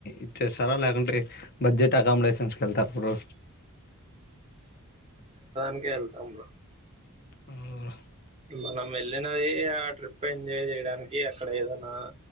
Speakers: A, on the left (about 45°); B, on the right (about 25°).
A: ఇచ్చేస్తారా లేకుంటే బడ్జెట్ అకామినేషన్స్కి వెళ్తారా బ్రో
B: ఇంకా వెళ్తాను బ్రో
A: అవునా
B: మనం వెళ్లినాయి ట్రిప్ ఎంజాయ్ చేయడానికి అక్కడ, ఏదన్నా